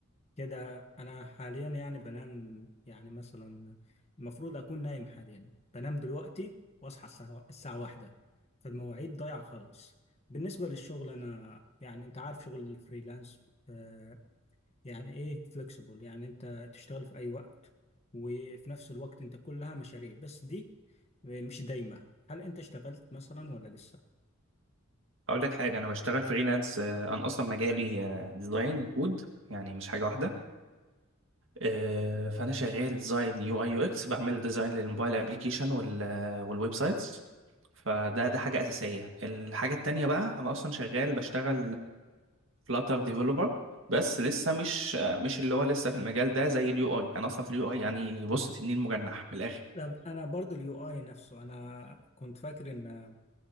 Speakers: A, on the left; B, on the right.
A: كده انا حاليا يعني بنام يعني مثلا المفروض اكون نايم حاليا بنام دلوقتي واصحى الساعه الساعه واحدة فالمواعيد ضايعه خالص بالنسبه للشغل انا يعني انت عارف شغل الفريلانس آه، يعني ايه فليكسيبل يعني انت تشتغل في اي وقت وفي نفس الوقت انت كلها مشاريع بس دي آه، مش دايمه هل انت اشتغلت مثلا ولا لسه
B: اقول لك حاجه انا بشتغل فريلانس آه، انا اصلا مجالي آه، ديزاين وكود يعني مش حاجه واحده آه، فانا شغال ديزاين يو اي يو اكس بعمل ديزاين للموبايل ابلكيشن والويب سايتس فده ده حاجه اساسيه الحاجه التانية بقى انا اصلا شغال بشتغل فلاتر ديفلوبر بس لسه مش آه، مش اللي هو لسه في المجال ده زي اليو اي انا اصلا في اليو اي يعني بص تنين مجنح من الاخر
A: طب انا برضو اليو اي نفسه انا كنت فاكر ان